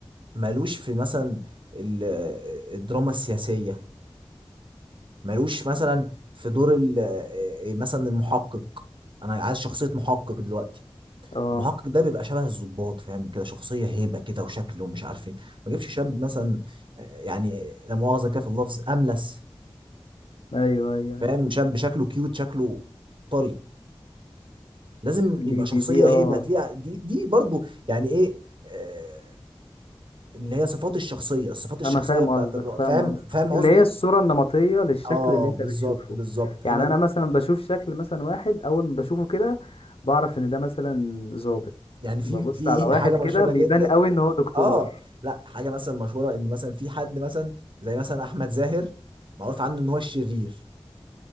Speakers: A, on the right (about 55°); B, on the left (about 70°).
A: مالوش في مثلا ال- الدراما السياسيه مالوش مثلا في دور ال- آه، مثلا المحقق انا عايز شخصيه محقق دلوقتي
B: اه
A: المحقق ده بيبقى شبه الضباط فاهم كده شخصيه هيبه كده وشكله ومش عارف ايه ما جيبش شاب مثلا آه، يعني لا مؤاخذه كده في اللفظ املس
B: ايوه ايوه
A: فاهم
B: ايوه.
A: شاب شكله كيوت شكله طري لازم يبقى
B: دي
A: شخصيه
B: دي دي اه
A: هيبه تليق دي دي برضو يعني ايه آه، اللي هي صفات الشخصيه الصفات الشخصيه
B: انا فاهم
A: بتاعت
B: قصدك
A: الرائد
B: فاهم
A: فاهم
B: قصدك
A: فاهم قصدي
B: اللي هي الصورة النمطية للشكل
A: اه
B: اللي انت
A: بالظبط
B: بتشوفه
A: بالظبط
B: يعني
A: انا دل-
B: انا مثلا بشوف شكل مثلا واحد اول ما بشوفه كده بعرف ان ده مثلا ظابط
A: يعني في
B: ببص
A: في
B: على واحد
A: حاجه
B: كده
A: مشهوره
B: بيبان
A: جدا
B: قوي ان هو دكتور
A: اه لا حاجه مثلا مشهوره ان مثلا في حد مثلا زي مثلا احمد زاهر معروف عنه ان هو الشرير